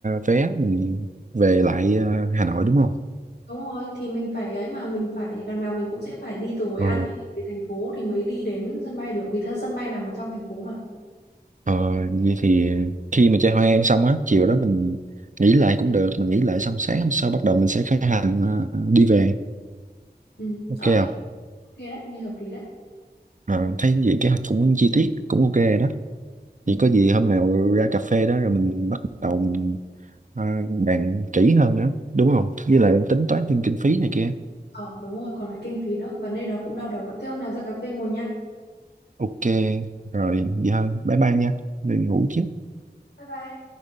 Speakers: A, on the right (about 50°); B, on the left (about 80°).
A: vé mình về lại ờ, Hà Nội đúng không
B: đúng rồi thì mình phải ấy mà mình phải đằng nào mình cũng sẽ phải đi từ Hội
A: ờ.
B: An về, về thành phố thì mới đi đến sân bay được vì theo sân bay nằm ở trong thành phố mà
A: Ờ, vậy thì khi mà chơi hoa em xong á, chiều đó mình nghỉ lại cũng được, mình nghỉ lại xong sáng hôm sau bắt đầu mình sẽ khởi hành ờ, đi về,
B: ừ
A: ok
B: ok
A: không?
B: ok đấy nghe hợp lý đấy
A: Ờ, thấy vậy kế hoạch cũng chi tiết, cũng ok đó.
B: ừ.
A: Thì có gì hôm nào ra cà phê đó rồi mình bắt đầu mình, ờ, bàn kỹ hơn nữa, đúng không? Với lại tính toán thêm kinh phí này kia.
B: ờ đúng rồi còn phải kinh phí nữa vấn đề đó cũng đau đầu đó thế hôm nào ra cà phê ngồi nha
A: Ok, rồi vậy thôi, bye bye nha, đi ngủ chứ.
B: bye bye